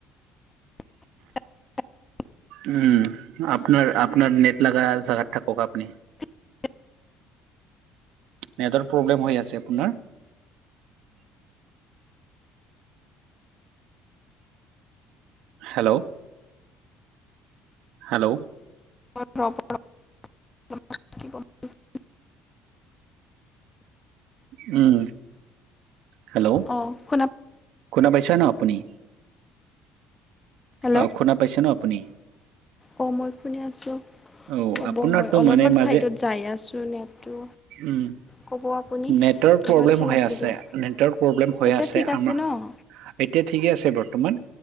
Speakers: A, on the left; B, on the right.
A: <unintelligible>
B: উম, আপোনাৰ আপোনাৰ নেট লাগা জাগাত থাকক আপুনি।
A: <inaudible>
B: নেটৱৰ্ক প্ৰব্লেম হৈ আছে আপোনাৰ হেল্ল' হেল্ল'
A: <unintelligible>
B: উম। হেল্ল'
A: অ' শুনা
B: শুনা পাইছা ন আপুনি।
A: হেল্ল'
B: অ' শুনা পাইছে ন আপুনি।
A: অঁ মই শুনি আছোঁ,
B: অ
A: হ'ব
B: আপোনাৰতো
A: মই অলপমান
B: মানে মাজে
A: ছাইডত যাই আছোঁ নেটটো।
B: উম,
A: ক'ব আপুনি
B: নেটৰ
A: এইবাৰ
B: প্ৰব্লেম
A: ঠিক
B: হৈ আছে,
A: দিয়া
B: নেটৰ প্ৰব্লেম হৈ
A: এতিয়া
B: আছে
A: ঠিক
B: আমাৰ।
A: ন অঁ
B: এতিয়া ঠিকে আছে বৰ্ত বৰ্তমান,